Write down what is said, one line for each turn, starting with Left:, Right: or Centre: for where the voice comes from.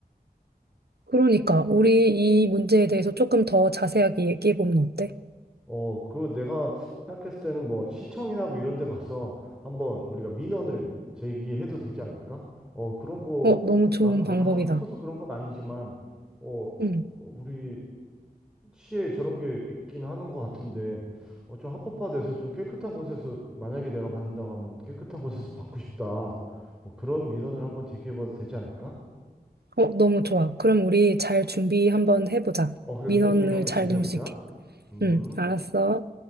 Right: 그러니까 우리 이 문제에 대해서 조금 더 자세하게 얘기해보면 어때?
Centre: 어, 그 내가 생각했을 때는 뭐 시청이나 뭐 이런 데 가서 한번 우리가 민원을 제기해도 되지 않을까? 어, 그런 거
Right: 어, 너무 좋은
Centre: 나는
Right: 방법이다.
Centre: 내가 하고 싶어서 그런 건 아니지만 어,
Right: 응.
Centre: 우리 시에 저런 게 있긴 하는 것 같은데 어, 좀 합법화돼서 좀 깨끗한 곳에서 만약에 내가 받는다고 하면 깨끗한 곳에서 받고 싶다 뭐 그런 민원을 한번 제기해봐도 되지 않을까?
Right: 어, 너무 좋아. 그럼 우리 잘 준비 한번 해보자.
Centre: 어 그래
Right: 민원을
Centre: 민원 제기 한번
Right: 잘
Centre: 준비해보자
Right: 넣을 수 있게.
Centre: 음
Right: 응, 알았어.